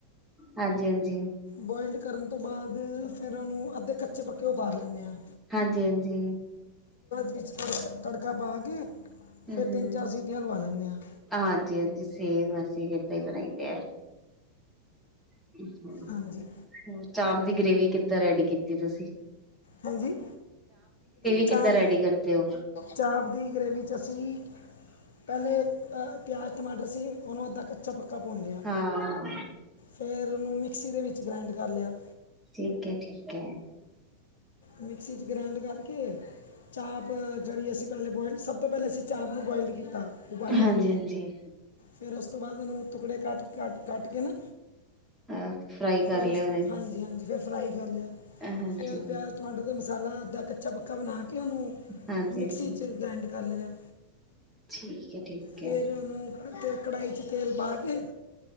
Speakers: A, in the centre; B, on the left.
A: ਹਾਂਜੀ ਹਾਂਜੀ।
B: ਬੋਇਲ ਕਰਨ ਤੋ ਬਾਅਦ ਫੇਰ ਉਹਨੂੰ ਅੱਧੇ ਕੱਚੇ ਪੱਕੇ ਉਤਾਰ ਲੈਨੇ ਆ
A: ਹਾਂਜੀ-ਹਾਂਜੀ,
B: <unintelligible> ਤ ਤੜਕਾ ਪਾ ਕੇ
A: ਹੂੰ
B: ਫਿਰ ਤਿੰਨ ਚਾਰ ਸੀਟੀਆਂ ਲਵਾ ਲੈਂਦੇ ਆ
A: ਹਾਂਜੀ-ਹਾਂਜੀ ਸੇਮ ਐ, ਅਸੀ ਏਦਾ ਈ ਬਣਾਈਦੇ ਐ, ਹ ਹੋਰ
B: ਹਾਂਜੀ
A: ਚਾਂਪ ਦੀ ਗ੍ਰੇਵੀ ਕਿੱਦਾ ਰੈਡੀ ਕੀਤੀ ਤੁਸੀ?
B: ਹੇਂਜੀ? ਚਾਪ
A: ਕਿੱਦਾਂ ਰੈਡੀ ਕਰਦੇ ਹੋ?
B: ਚਾਂਪ ਦੀ ਗਰੇਵੀ ਚ ਅਸੀ ਪਹਿਲੇ ਪਿਆਜ ਟਮਾਟਰ ਸੀ ਉਹਨੂੰ ਅੱਧਾ ਕੱਚਾ ਪੱਕਾ ਪੁਨਲਿਆ,
A: ਹਾਂ
B: ਫੇਰ ਉਹਨੂੰ ਮਿਕਸੀ ਦੇ ਵਿੱਚ ਗ੍ਰੈਂਡ ਕਰ ਲਿਆ,
A: ਠੀਕ ਹੈ ਠੀਕ ਹੈ।
B: ਮਿਕਸੀ ਚ ਗ੍ਰੈਂਡ ਕਰਕੇ ਚਾਪ ਜਿਹੜੀ ਅਸੀ ਪਹਿਲੇ ਬੋਇਲ ਸਭ ਤੋਂ ਪਹਿਲੇ ਅਸੀਂ ਚਾਪ, ਉਹਨੂੰ ਬੁਇਲ ਕੀਤਾ। ਉਬਾਲਿਆ
A: ਹਾਂਜੀ ਹਾਂਜੀ
B: ਫੇਰ ਉਸ ਤੋਂ ਬਾਅਦ ਉਹਨੂੰ ਟੁਕੜੇ ਕੱਟ-ਕੱਟ-ਕੱਟ ਕੇ ਨਾ
A: ਆਹ ਫਰਾਈ ਕਰ
B: ਫਿਰ
A: ਲੇ
B: ਉਸ
A: ਹੋਣੇ,
B: ਹਾਂਜੀ ਹਾਂਜੀ ਫਿਰ ਫਰਾਈ ਕਰ ਲਿਆ
A: ਹਾਂਜੀ।
B: ਫਿਰ ਪਿਆਜ ਟਮਾਟਰ ਦਾ ਮਸਾਲਾ ਅੱਧਾ ਕਾ, ਕੱਚਾ ਪੱਕਾ ਬਣਾ ਕੇ ਉਹਨੂੰ
A: ਹਾਂਜੀ
B: ਮਿਕਸੀ
A: ਹਾਂਜੀ
B: 'ਚ ਗ੍ਰੈਂੰਡ ਕਰ ਲਿਆ।
A: ਠੀਕ ਹੈ ਠੀਕ
B: ਫਿਰ
A: ਹੈ,
B: ਉਹਨੂੰ ਤੇ ਕੜਾਹੀ ਚ ਤੇਲ ਪਾ ਕੇ